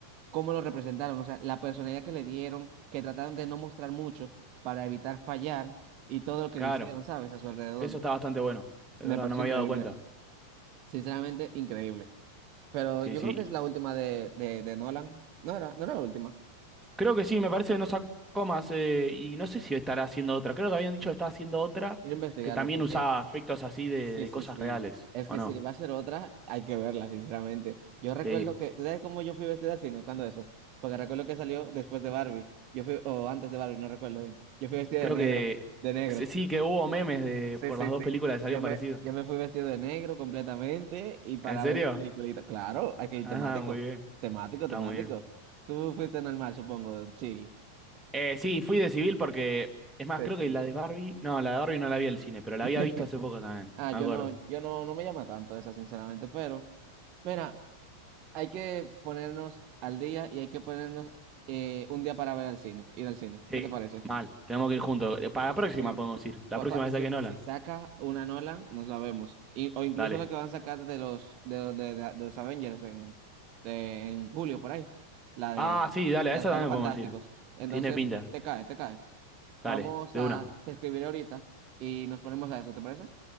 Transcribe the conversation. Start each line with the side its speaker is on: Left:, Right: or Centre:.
Right: cómo lo representaron, o sea, la personalidad que le dieron, que trataron de no mostrar mucho para evitar fallar y todo lo que
Centre: claro.
Right: le hicieron, ¿sabes? A su alrededor.
Centre: Eso está bastante bueno. De
Right: Me
Centre: verdad,
Right: pareció
Centre: no me había
Right: increíble,
Centre: dado cuenta.
Right: sinceramente increíble. Pero
Centre: Sí,
Right: yo
Centre: sí.
Right: creo que es la última de, de, de Nolan. No era, no era la última.
Centre: Creo que sí, me parece que no sacó más. eh, y no sé si estará haciendo otra. Creo que habían dicho que estaba haciendo otra
Right: Quiero investigarlo
Centre: que también
Right: porque
Centre: usaba efectos así de,
Right: Sí,
Centre: de
Right: sí,
Centre: cosas
Right: sí.
Centre: reales,
Right: Es
Centre: ¿o
Right: que
Centre: no?
Right: si va a ser otra, hay que verla, sinceramente. Yo recuerdo
Centre: Sí.
Right: que, ¿tú sabes cómo yo fui vestida al cine? ¿Cuándo eso? Porque recuerdo que salió después de Barbie. Yo fui, o antes de Barbie, no recuerdo bien. Yo fui vestida
Centre: Creo
Right: de negro,
Centre: que
Right: de negro.
Centre: sí, sí, que hubo memes de,
Right: Sí,
Centre: por
Right: sí,
Centre: las dos
Right: sí.
Centre: películas que salieron
Right: Yo me,
Centre: parecidos.
Right: yo me fui vestido de negro completamente y para
Centre: ¿En serio?
Right: ver una peliculita. Claro, hay que ir
Centre: Ajá,
Right: temático.
Centre: muy bien.
Right: Temático,
Centre: Está
Right: temático.
Centre: muy bien.
Right: Tú fuiste normal, supongo, de chill.
Centre: Eh, sí, fui de civil porque, es más,
Right: Sí,
Centre: creo
Right: sí.
Centre: que la de Barbie, no, la de Barbie no la vi al cine, pero la
Right: <laughs>
Centre: había visto hace poco también,
Right: Ah,
Centre: me
Right: yo
Centre: acuerdo.
Right: no, yo no, no me llama tanto esa, sinceramente, pero mira. hay que ponernos al día y hay que ponernos eh, un día para ver al cine, ir al cine.
Centre: Sí,
Right: ¿Qué te parece?
Centre: mal, tenemos que ir juntos. Eh, Para
Right: Sí,
Centre: la próxima
Right: sí, sí.
Centre: podemos ir, la
Right: Pa-
Centre: próxima
Right: pa-
Centre: esa
Right: si,
Centre: que
Right: si
Centre: Nolan.
Right: saca una Nolan, nos la vemos. Y- o incluso
Centre: Dale.
Right: la que van a sacar de los de, los- de, de- de los Avengers en, de- en julio, por ahí. La de
Centre: Ah, sí, dale,
Right: las
Centre: a esa
Right: Cuatro
Centre: también
Right: Fantásticos.
Centre: podemos ir.
Right: Entonces,
Centre: Tiene pinta.
Right: te cae, te cae. Vamos
Centre: Dale, de
Right: a
Centre: una.
Right: te escribiré ahorita y nos ponemos a eso, ¿te parece?